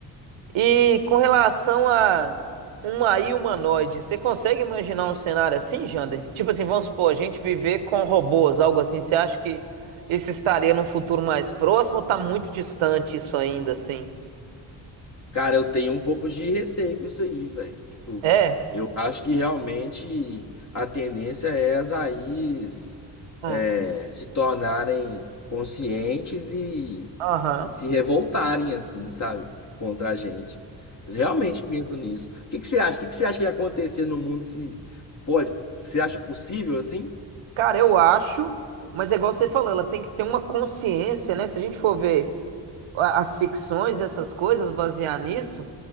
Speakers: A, on the right; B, on the left.
A: E com relação a uma AI humanoide, você consegue imaginar um cenário assim, Jander? Tipo assim, vamos supor, a gente viver com robôs, algo assim. Você acha que isso estaria num futuro mais próximo ou tá muito distante isso ainda, assim?
B: Cara, eu tenho um pouco de receio com isso aí, velho. Tipo,
A: É.
B: eu acho que realmente a tendência é as AIs
A: Hum.
B: é, se tornarem conscientes e
A: Aham.
B: se revoltarem, assim, sabe? Contra a gente. Eu realmente penso nisso. O que que você acha? O que que você acha que ia acontecer no mundo se pode? Você acha possível assim?
A: Cara, eu acho, mas é igual você falou, ela tem que ter uma consciência, né? Se a gente for ver a- as ficções, essas coisas, basear nisso,